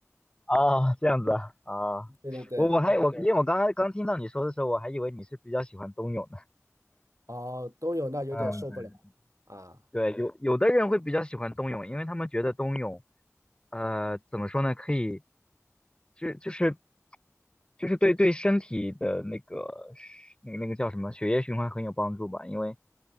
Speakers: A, on the left; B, on the right.
A: 哦，这样子啊，啊，
B: <laughs> 对对对，
A: 我我还我因为我刚刚刚听到你说的时候，我还以为你是比较喜欢冬泳的。
B: 哦，冬泳那有点受不了
A: 嗯，
B: 啊，
A: 对，有有的人会比较喜欢冬泳，因为他们觉得冬泳，呃，怎么说呢，可以就就是就是对对身体的那个那个那个叫什么血液循环很有帮助吧，因为